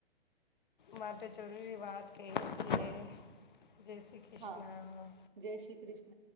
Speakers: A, on the left; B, on the right.
A: માટે જરૂરી વાત કહી છે. જય શ્રી કૃષ્ણ
B: હા જય શ્રી ક્રિષ્ન.